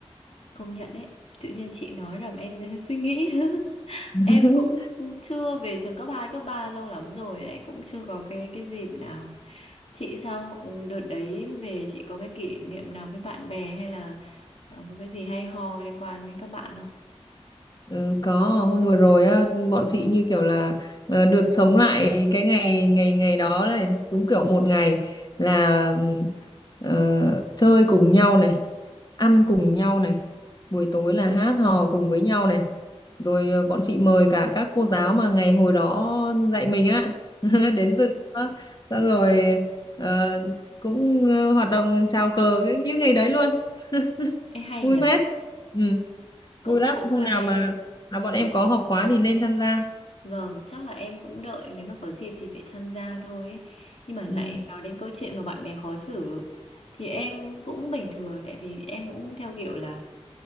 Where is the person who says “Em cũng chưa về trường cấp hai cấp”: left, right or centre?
Left